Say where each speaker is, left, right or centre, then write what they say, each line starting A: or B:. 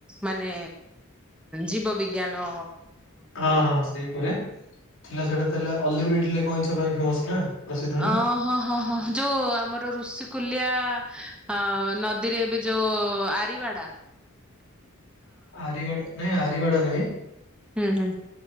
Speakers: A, in the centre; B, on the left.
A: ମାନେ ଜୀବ ବିିଜ୍ଞାନ।
B: ହଁ ହଁ ସେଇ ଉପରେ ଥିଲା ସେଇଟା ଥିଲା ଅଲିବ୍ରିଡ କଇଁଛ ପାଇଁ ଫେମସ। ନା। ପ୍ରସିଦ୍ଧ ନା।
A: ଓହଁ ହଁ ହଁ ଯୋଉ ଆମର ଋଷି କୁଲିଆ ଆ ନଦୀରେ ଏବେ ଯୋଉ ଆରିିବାଡା।
B: ଆରି ଗଡ ନାଇଁ ଆରିବାଡା ନାଇଁ।
A: ହୁଁ ହୁଁ।